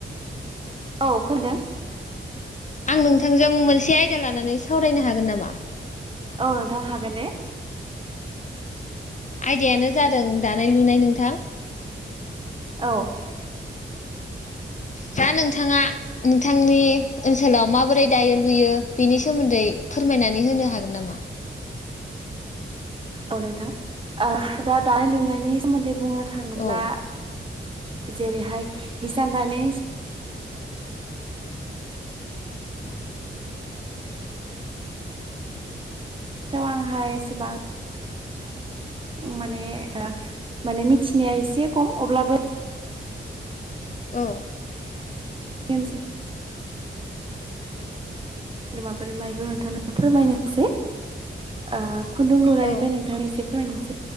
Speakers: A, on the right; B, on the left.
A: औ खोनादों
B: आं नोंथांजों मोनसे आयदा लानानै सावरायनो हागोन नामा
A: औ नोंथां हागोन दे
B: आयदायानो जादों दानाय लुनाय नोंथां
A: औ
B: दा नोंथाङा नोंथांनि ओनसोलाव माबोरै दायो लुयो बिनि सोमोन्दै सोमोन्दै फोरमायनानै होनो हागोन नामा?
A: औ नोंथां दा दानाय लुनायनि सोमोन्दै बुंनो थाङोब्ला
B: औ
A: जेरैहाय हिसान दानि से आंहा एसेबां माने माने मिथिनाया एसे खम अब्लाबो
B: औ
A: केसोल माबोरै माइखौ नोंथांनो फोरमायनोसै ओ खुन्दुं लुनायनिफ्राय
B: औ
A: नोंथां एसे फरायनोसै।